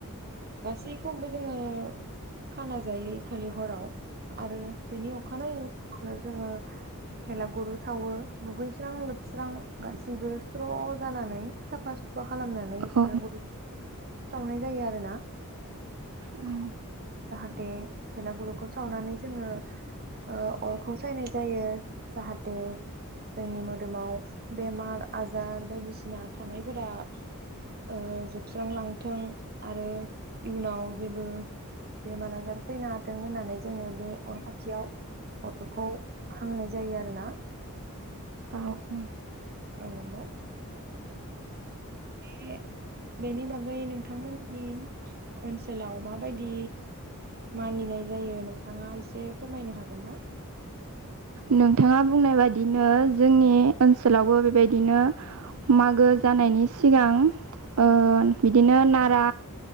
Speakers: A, on the right; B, on the right.
A: गासैखौबो जोङो खाना जायो खालि हराव आरो। बेनि अखानायै फुङावनो जोङो। भेलागुरु सावो दुगैस्रां लोबस्रां गासिबो स्र जानानै साफा सफ सुफा खालामनानै
B: औ
A: भेलागुरु।
B: <inaudible>
A: सावनाय जायो आरो ना।
B: उम
A: जाहाथे भेलागुरुखौ सावनानै जोङो। ओ अरखौ सायनाय जायो जाहाथे। जोंनि मोदोमाव बेमार आजार बायदिसिना थानायफोरा। ओ जोबस्रांलांथों आरो इयुनाव जेबो। बेमार आजार फैनो हाथों होननानै जोङो बे अर खाथियाव अरखौ हांनाय जायो आरोना।
B: औ-औ
A: आ नंगौ बे बेनि बागै नोंथांमोननि ओनसोलाव माबायदि। मानिनाय जायो नोंथाङा एसे फोरमायनो हागोन ना?
B: नोंथाङा बुंनाय बादिनो जोंनि ओनसोलावबो बेबायदिनो। मागो जानायनि सिगां ओ-बिदिनो नारा।